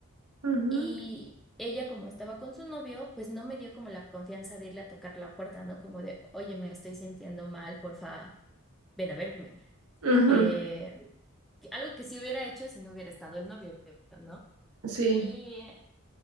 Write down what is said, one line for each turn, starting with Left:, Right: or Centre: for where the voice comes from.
Right: ujú,
Centre: y ella como estaba con su novio, pues no me dio como la confianza de irle a tocar la puerta, ¿no? Como de, oye, me estoy sintiendo mal, porfa, ven a verme.
Right: ujú.
Centre: Eh, que- algo que sí hubiera hecho si no hubiera estado el novio, ¿no?
Right: Sí,
Centre: Y,